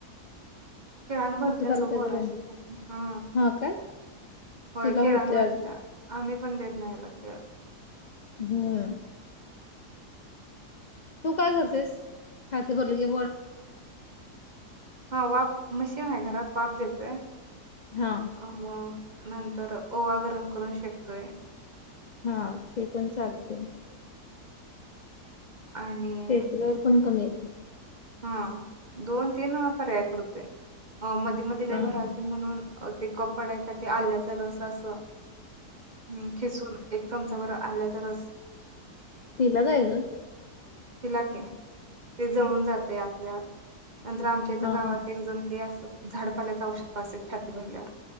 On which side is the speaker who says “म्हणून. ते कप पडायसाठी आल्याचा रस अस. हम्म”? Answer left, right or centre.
Right